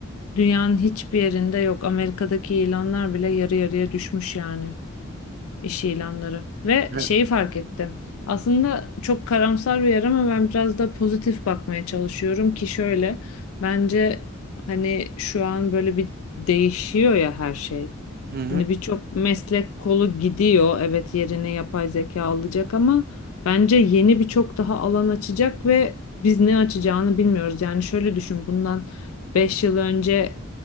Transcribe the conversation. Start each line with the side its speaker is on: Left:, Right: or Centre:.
Left: dünyanın hiçbir yerinde yok. Amerika'daki ilanlar bile yarı yarıya düşmüş yani iş ilanları. Ve
Right: Evet.
Left: şeyi fark ettim. Aslında çok karamsar bir yer ama ben biraz da pozitif bakmaya çalışıyorum ki şöyle bence hani şu an böyle bir değişiyor ya her şey.
Right: Hı hı.
Left: Hani birçok meslek kolu gidiyor. Evet yerine yapay zeka alacak ama bence yeni birçok daha alan açacak ve biz ne açacağını bilmiyoruz. Yani şöyle düşün bundan 5 yıl önce